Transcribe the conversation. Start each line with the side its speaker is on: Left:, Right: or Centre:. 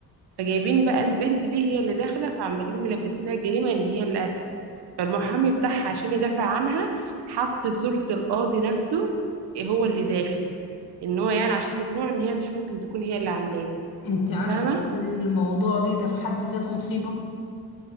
Right: فجايبين بقى البنت دي هي اللي داخله فعمالين ملبسينها الجريمه ان هي اللي قاتله فالمحامي بتاعها عشان يدافع عنها حط صوره القاضي نفسه إيه، هو اللي داخل ان هو يعني عشان يقنعه ان هي مش ممكن تكون هي اللي عاملاه
Left: انت عارفة
Right: فاهمه
Left: ان الموضوع دي ده في حد ذاته مصيبة